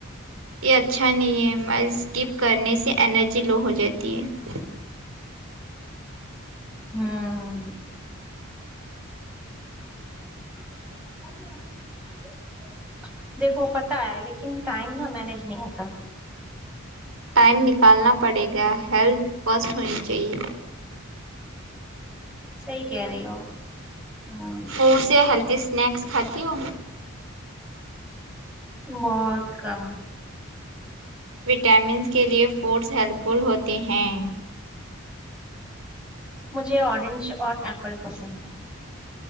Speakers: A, on the right; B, in the centre.
A: یہ اچھا نہیں ہے مائلس اسکپ کرنے سے انرجی لو ہو جاتی ہے
B: ہاں <inaudible> دیکھو پتا ہے لیکن ٹائم نا مینج نہیں ہوتا
A: ٹائم نکالنا پڑے گا ہیلتھ فرسٹ ہونی چاہیے
B: صحیح کہہ رہی ہو ہوں
A: فوڈ سے ہیلدی اسنیکس کھاتی ہو
B: بہت کم
A: وٹامنس کے لیے فوڈز ہیلپ فل ہوتے ہیں
B: مجھے اورنج اور ایپل پسند ہے